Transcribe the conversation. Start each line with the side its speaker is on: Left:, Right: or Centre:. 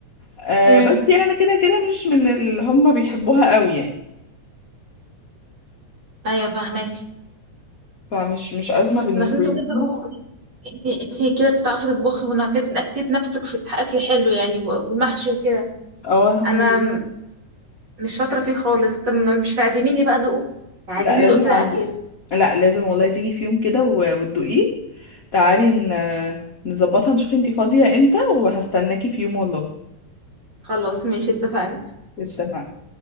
Left: آه
Right: امم
Left: بس يعني انا كده كده مش من اللي هم بيحبوها قوي يعني
Right: ايوه فاهماك
Left: فمش مش أزمة بالنسبة
Right: بس انت
Left: لي
Right: بجد
Left: فاهمة؟
Right: برافو عليكي. انت انت كده بتعرفي تطبخي ونكدت نفسك في اكل حلو يعني والمحشي وكده
Left: اه الحمد
Right: انا
Left: لله
Right: مش شاطره فيه خالص طب مش عازميني بقى دوقه عايزين
Left: لا لازم
Right: ندوق كده
Left: أعز...
Right: اكلك
Left: لا لازم والله تيجي في يوم كده و- وتدوقيه تعالي ن... نظبطها نشوف انتي فاضية امتى وهستناكي في يوم والله
Right: خلاص ماشي اتفقنا
Left: اتفقنا